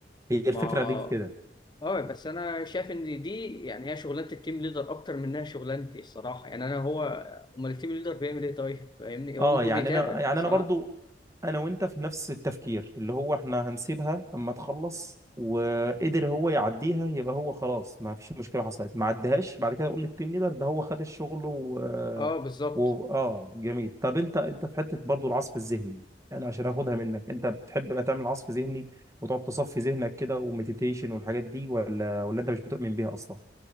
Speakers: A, on the right; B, on the left.
A: هي الفكره
B: ما
A: دي كده
B: اه بس انا شايف ان دي يعني هي شغلانه التيم ليدر اكتر منها شغلانتي الصراحه يعني انا هو امال التيم ليدر بيعمل ايه طيب فاهمني هو
A: اه
B: المفروض
A: يعني
B: يتابع
A: انا يعني
B: صح
A: انا برضو انا وانت في نفس التفكير اللي هو احنا هنسيبها اما تخلص وقدر هو يعديها يبقى هو خلاص ما فيش مشكله حصلت ما عدهاش بعد كده اقول للتيم ليدر ده هو خد الشغل و...
B: اه بالظبط
A: و... اه جميل طب انت انت في حته برضو العصف الذهني يعني عشان اخدها منك انت بتحب بقى تعمل عصف ذهني وتقعد تصفي ذهنك كده ومديتيشن والحاجات دي ولا ولا انت مش بتؤمن بيها اصلا